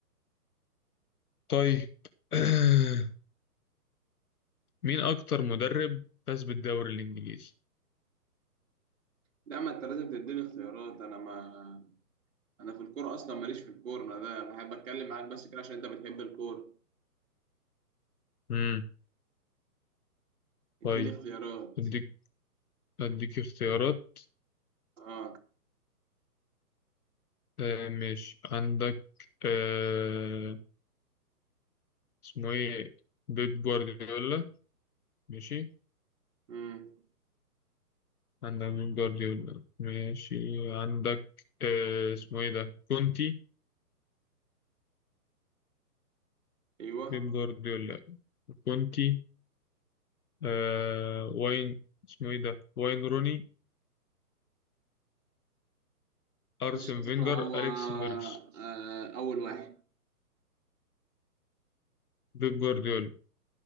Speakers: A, on the left; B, on the right.
A: طيب <clears throat> مين أكتر مدرب فاز بالدوري الإنجليزي؟
B: لا ما أنت لازم تديني اختيارات أنا ما أنا في الكورة أصلا ماليش في الكورة أنا ده بحب أتكلم معاك بس كده عشان أنت بتحب الكورة
A: مم.
B: اديني
A: طيب
B: اختيارات
A: أديك أديك اختيارات
B: أه
A: آه ماشي عندك آه اسمه إيه بيب جوارديولا ماشي
B: مم.
A: عندك بيب جوارديولا ماشي عندك آه اسمه إيه ده كونتي
B: أيوه
A: بيب جوارديولا كونتي آه واين اسمه إيه ده واين روني أرسن
B: بص يا اسطى
A: فينجر
B: هو
A: أليكس
B: آه،
A: فيركس
B: اول واحد
A: بيب جوارديولا